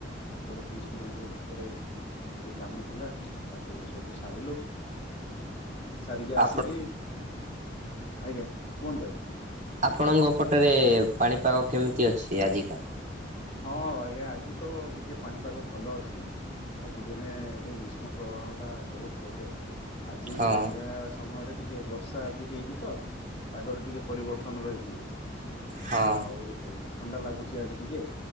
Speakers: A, on the left; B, on the right.
A: କୋଡିଏ ତିରିଶ କିଲୋମିଟର ଭିତରେ ଟିକେ କାମ ଥିଲା ତାକୁ ସବୁ ସାରିଲୁ। ସାରିକି ଆସିକି
B: ଆପଣ
A: ଆଜ୍ଞା କୁହନ୍ତୁ ଆଜ୍ଞା।
B: ଆପଣଙ୍କ ପଟରେ ପାଣିପାଗ କେମିତି ଅଛି ଆଜିର?
A: ହଁ ଆଜ୍ଞା ଆଜି ତ ଟିକେ ପାଣିପାଗ ଭଲ ଅଛି। ସବୁଦିନେ ଏଠି ଗ୍ରୀଷ୍ମ ପ୍ରଭାବଟା ବୋହୁତ୍ ରୁହେ। ଆଜି
B: ହଁ
A: ସନ୍ଧ୍ୟା ସମୟରେ ଟିକେ ବର୍ଷା ଆଜି ହେଇଛି ତ ପାଗରେ ଟିକେ ପରିବର୍ତ୍ତନ ରହିଛି।
B: ହଁ
A: ଆଉ ଥଣ୍ଡା ଲାଗୁଛି ଆଜି ଟିକେ।